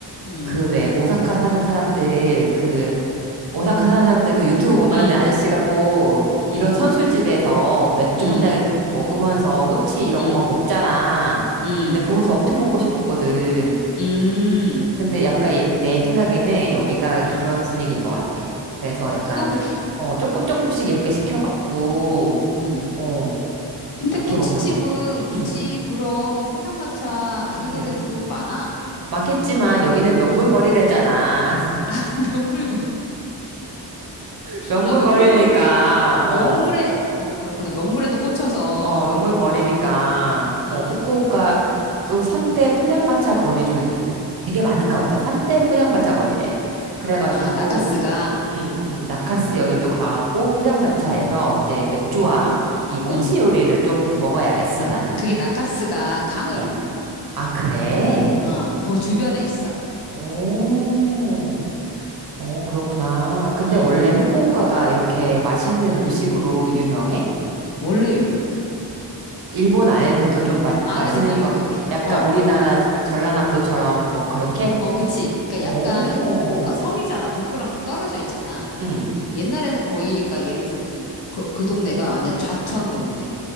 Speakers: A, on the left; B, on the right.
A: 응.
B: 그 왜 오사카 사는 사람들 그 오사카 사는 사람들 그 유튜브 보면은
A: 응.
B: 아저씨가 꼭 이런
A: 응.
B: 선술집에서 맥주
A: 응.
B: 한 잔 먹으면서 꼬치 이런
A: 응.
B: 거 막 먹잖아.
A: 응.
B: 근데 보면서 엄청 먹고 싶었거든.
A: 응.
B: 근데 약간 이- 내 생각에는 여기가
A: 응.
B: 그런 분위기인 것 같아. 그래서 약간,
A: 그건 그
B: 어, 조금 조금씩 이렇게 시켜갖고,
A: 응.
B: 어,
A: 근데
B: 그렇게
A: 꼬치집은
B: 먹는 거.
A: 굳이
B: 응,
A: 그런 포장마차 아니더라도
B: 응.
A: 많아.
B: 많겠지만 여기는 명물거리래잖아.
A: 응.
B: <laughs>
A: <laughs> 명물
B: 명물거리라니까,
A: 아, 명물거리, 명물에,
B: 어,
A: 어, 그렇구나. 명물에 또 꽂혀서,
B: 어, 명물거리니까,
A: 어, 음,
B: 어, 후쿠오카 또 3대 포장마차 거리 중에 되게 많은가 보다. 3대 포장마차 거리래. 그래가지고,
A: 아, 나카스가,
B: 음, 음, 음. 나카스
A: 음,
B: 여길 도 가갖고 포장마차에서
A: 음,
B: 이제 맥주와
A: 음,
B: 이 꼬치
A: 음,
B: 요리를 좀 먹어야겠어,
A: 음.
B: 나는.
A: 그게 나카스가 강
B: 어.
A: 이름이야.
B: 아, 그래?
A: 어, 그 주변에 있어.
B: 오.
A: 음,
B: 어, 그렇구나. 근데
A: 음,
B: 원래
A: 음,
B: 후쿠오카가 이렇게 맛있는 음식으로
A: 음.
B: 유명해?
A: 원래 유명해.
B: 일본 안에서도 좀 마,
A: 안에서도
B: 맛있는
A: 유명해.
B: 거, 약간
A: 어,
B: 우리나라 전라남도처럼 뭐 그렇게?
A: 어, 그치. 그러니까
B: 오.
A: 약간 후쿠오카 섬이잖아. 본토랑 좀 떨어져 있잖아.
B: 응.
A: 옛날에는 거의, 그러니까 예를 들어 무슨, 그, 그 동네가 완전 좌천 동네.